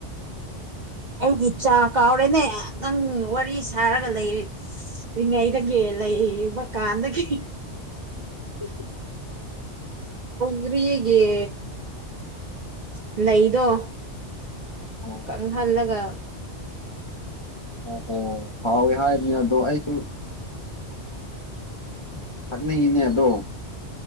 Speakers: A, on the right; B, on the left.
A: ꯑꯩꯒꯤ ꯆꯥ ꯀꯥꯎꯔꯦꯅꯦ ꯅꯪ ꯋꯥꯔꯤ ꯁꯥꯔꯒ ꯂꯩꯔꯤꯛ ꯔꯤꯉꯩꯗꯒꯤ ꯂꯩꯔꯤꯕ ꯀꯥꯟꯗꯒꯤ
B: <unintelligible>
A: ꯎꯔꯤꯒꯤ ꯂꯩꯩꯗꯣ
B: ꯑꯣ
A: ꯀꯪꯍꯜꯂꯒ
B: ꯑꯣ ꯑꯣ ꯍꯥꯎꯋꯤ ꯍꯥꯏꯕꯅꯦ ꯑꯗꯣ ꯑꯩꯁꯨ ꯊꯛꯅꯤꯡꯉꯤꯅꯦ ꯑꯗꯣ